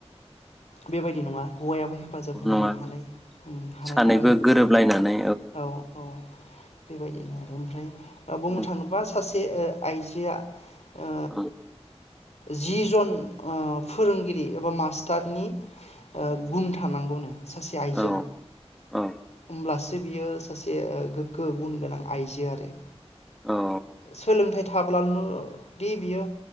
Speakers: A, on the left; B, in the centre.
A: बेबायदि नङा हौवायाबो हेफाजाब होनांगोन
B: नङा
A: हालाय हानाय
B: सानैबो
A: खामानिफोरखौ
B: गोरोबलायनानै
A: औ औ बेबायदि बिदिनो आरो ओमफ्राय बुंनो
B: औ
A: थाङोबा सासे आइजोआ ओ
B: औ
A: जि जन फोरोंगिरि एबा मास्टारनि गुन थानांगौनो सासे आइजोनाव
B: औ औ
A: होमब्लास बियो सासे गोग्गो गुन गोनां आइजो आरो
B: औ
A: सोलोंथाइ थाब्लानोल'- दि बियो